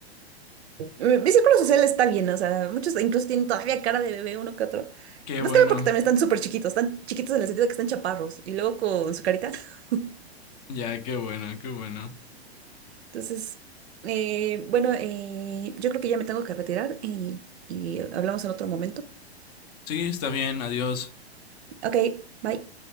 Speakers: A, on the right; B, on the left.
A: mi, mi círculo social está bien, o sea, muchos incluso tienen todavía cara de bebé uno que otro.
B: Qué
A: Más
B: bueno,
A: que nada porque también
B: qué-
A: están súper chiquitos, están chiquitos en el sentido de que están chaparros y luego con su carita. <laughs>
B: ya, qué bueno, qué bueno.
A: Entonces, eh, bueno, eh, yo creo que ya me tengo que retirar y, y hablamos en otro momento.
B: Sí, está bien, adiós.
A: Ok, bye.